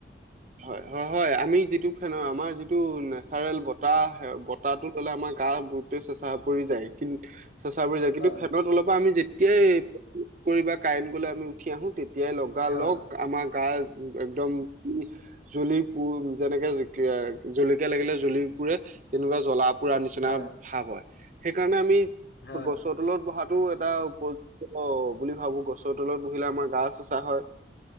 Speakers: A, on the right; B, on the left.
A: হয়, হয়, হয় আমি যিটো ফেনৰ আমাৰ যিটো নেচাৰেল বতাহ আহে, বতাহটো পৰিলে আমাৰ গা গোটেই চেচা পৰি যায়। কিন্তু চেচা পৰি যায়, কিন্তু
B: হয়,
A: ফেনৰ তলৰ পৰা আমি যেটি তেতিয়াই কৰিব কাৰেণ্ট গলে, আমি উঠি আহো তেতিয়া। তেতিয়াই লগা
B: হয়,
A: লগ আমাক গা একদম। জ্বলি পু যেনেকে জলকীয়া লাগিলে জ্বলি পুৰে, তেনেকুৱা জ্বলা। পুৰা নিচিনা
B: হয়,
A: ভাৱ হয়। সেইকাৰণে আমি।
B: হয়,
A: গছৰ তলত বহা। টো এটা, বহুন বুলি ভাবো। গছৰ তলত বহিলে আমাৰ গা চেচা হয়।